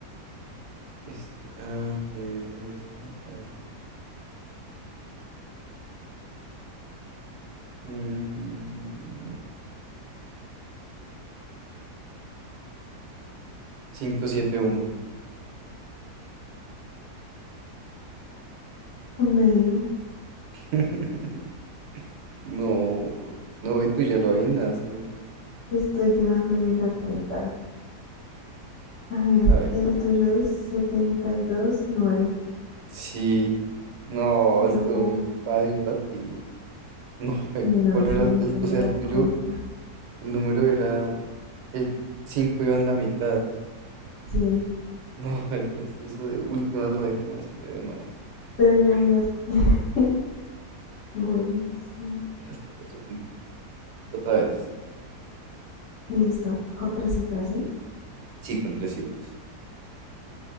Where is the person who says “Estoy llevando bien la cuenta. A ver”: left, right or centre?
Left